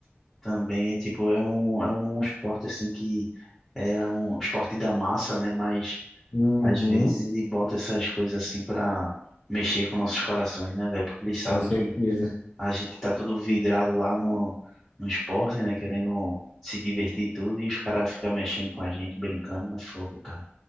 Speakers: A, in the centre; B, on the left.
A: Também, tipo, é um, é um esporte assim que é um esporte da massa, né? Mas
B: Uhum,
A: às vezes ele bota essas coisas assim pra mexer com nossos corações, né, velho? Porque ele sabe
B: com certeza,
A: que a gente tá tudo vidrado lá no, no esporte, né? Querendo se divertir e tudo, e os caras ficam mexendo com a gente, brincando, é fogo, cara.